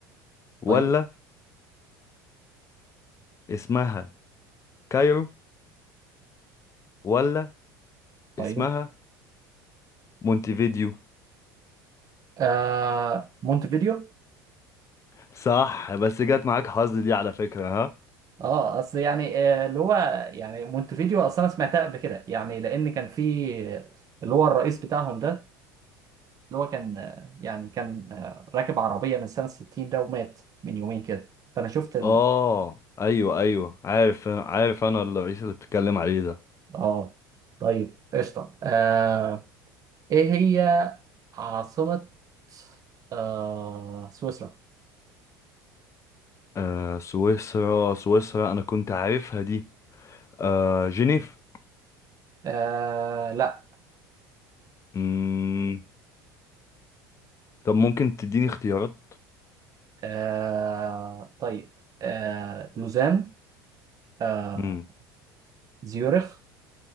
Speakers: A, on the left; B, on the right.
A: ولا
B: طيب
A: اسمها كايرو ولا
B: طيب
A: اسمها مونتيفيديو
B: آه مونتفيديو
A: صح بس جت معاك حظ دي على فكرة ها
B: اه اصل يعني آه، اللي هو يعني مونتفيديو اصلا انا سمعتها قبل كده يعني لان كان في اللي هو الرئيس بتاعهم ده اللي هو كان آه، يعني كان آه، راكب عربيه من سنه 60 ده ومات من يومين كده فانا شفت ال...
A: اه ايوه ايوه عارف عارف انا الرئيس اللي بتتكلم عليه ده
B: اه طيب قشطه آه ايه هي عاصمه آه سويسرا
A: آه سويسرا سويسرا انا كنت عارفها دي آه جنيف
B: آه لا
A: مم. طب ممكن تديني اختيارات
B: آه طيب آه لوزان آه
A: مم.
B: زيورخ